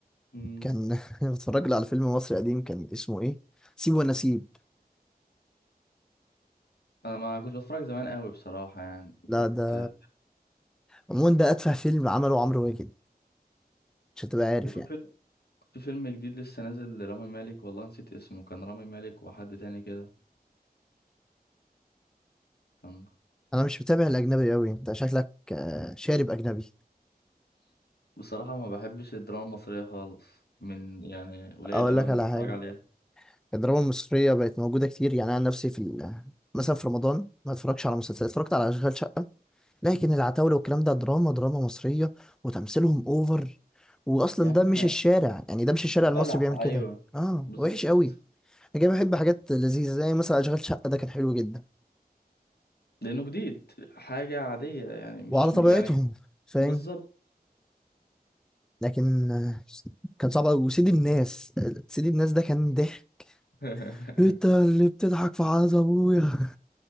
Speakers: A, on the left; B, in the centre.
A: امم
B: كان <laughs> بتفرج له على فيلم مصري قديم كان اسمه ايه سيب ونسيب
A: انا ما كنت بتفرج زمان قوي بصراحه يعني
B: لا
A: كنت
B: ده عموما ده اتفه فيلم عمله عمرو واكد مش هتبقى عارف
A: وفي
B: يعني
A: في فيلم جديد لسه نازل لرامي مالك والله نسيت اسمه كان رامي مالك وحد تاني كده كان
B: انا مش متابع الاجنبي قوي انت شكلك آه، شارب اجنبي
A: بصراحة ما بحبش الدراما المصرية خالص من يعني قليل
B: اقول
A: قوي
B: لك
A: ما
B: على
A: بتفرج
B: حاجه
A: عليها
B: الدراما المصرية بقت موجودة كتير يعني أنا نفسي في ال... مثلا في رمضان ما اتفرجش على مسلسلات اتفرجت على أشغال شقة لكن العتاولة والكلام ده دراما دراما مصرية وتمثيلهم أوفر وأصلا
A: يا عم
B: ده مش الشارع يعني ده مش الشارع
A: بلح
B: المصري بيعمل كده
A: ايوه
B: آه
A: بالظبط
B: وحش قوي أنا جاي بحب حاجات لذيذة زي مثلا أشغال شقة ده كان حلو جدا
A: لانه جديد حاجة عادية يعني مش
B: وعلى طبيعتهم
A: يعني
B: فاهم
A: بالظبط
B: لكن آه، كان صعب أوي وسيد الناس سيد الناس ده كان ضحك
A: <laughs>
B: انت اللي بتضحك في عز ابويا